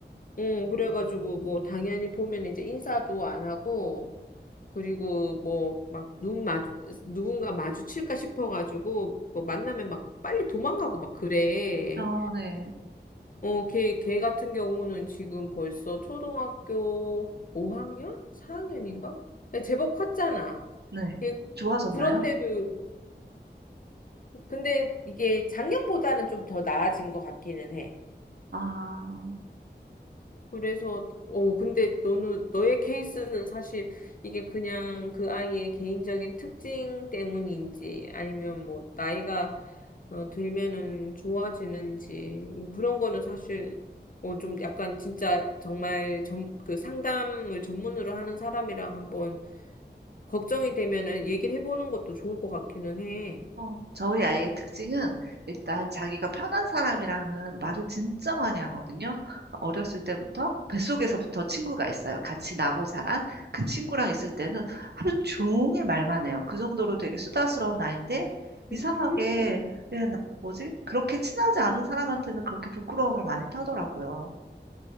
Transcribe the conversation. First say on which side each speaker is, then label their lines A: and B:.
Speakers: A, on the left; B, on the right.
A: 응, 그래가지고 뭐 당연히 보면 이제 인사도 안 하고, 그리고 뭐 막 눈 마주 누군가 마주칠까 싶어가지고 뭐 만나면 막 빨리 도망가고 막 그래.
B: 아, 네,
A: 어, 걔, 걔 같은 경우는 지금 벌써 초등학교 5학년? 4학년인가? 제법 컸잖아.
B: 네.
A: 예,
B: 좋아졌나요?
A: 그런데도 근데 이게 작년보다는 좀 더 나아진 것 같기는 해.
B: 아,
A: 그래서 어 근데 너는 너의 케이스는 사실 이게 그냥 그 아이의 개인적인 특징 때문인지 아니면 뭐 나이가 어, 들면은 좋아지는지 뭐 그런 거는 사실 어 좀 약간 진짜 정말 전 그 상담을 전문으로 하는 사람이랑 한번 걱정이 되면은 얘기를 해보는 것도 좋을 것 같기는 해.
B: 어, 저희 아이의 특징은 일단 자기가 편한 사람이랑은 말을 진짜 많이 하거든요. 어렸을 때부터 뱃속에서부터 친구가 있어요. 같이 나고 자란 그 친구랑 있을 때는 하루 종일 말만 해요. 그 정도로 되게 수다스러운 아이인데 이상하게
A: 음.
B: 예, 나- 뭐지? 그렇게 친하지 않은 사람한테는 그렇게 부끄러움을 많이 타더라고요.